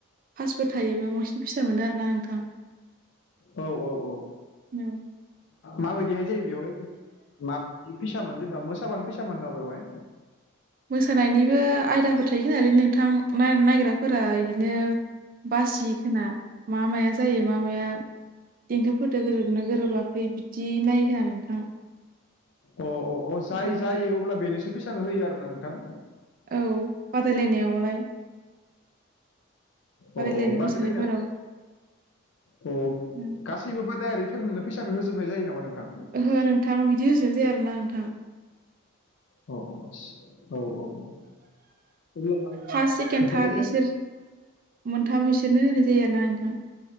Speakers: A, on the right; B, on the left.
A: फास्बो थायोबा बांसिन फैसा मोनो आरोना नोंथां
B: औ औ औ
A: औ
B: माबायदिहाय जायो बेवहाय माबा फिसोन जेनेबा मोसाबानो फिसोन नामा बेवहाय
A: मोसानायनिबो आयदाफोर थायोखा नालाय नोंथां नायग्राफोरा बिदिनो बासिखोना मा माया जायो मा माया देंखोफोरदो गोरोबनो गोरोबाखै बिदि नायहोना नोंथां
B: अ अ अ जाय
A: ओमफ्राय
B: जायो अब्ला बेनोसो फैसाखौ होयो आरोना नोंथां
A: औ बादायलायनायावलाय बादायलायनाय
B: अ अ बादल
A: मोसानायफोराव
B: अ
A: ओं।
B: गासैबो बादायारिफोरनोनो फैसाखौ होजोबनाय जायो नामा नोंथां
A: ओहो नोंथां बिदि होजानो जाया आरोना नोंथां
B: अ अ औ औ औ अब्ला
A: फार्स्ट सेकेणड थार्ड
B: जाय जाय
A: इसोर मोनथाम बिसोरनो होनाय जायो आरो ना नोंथां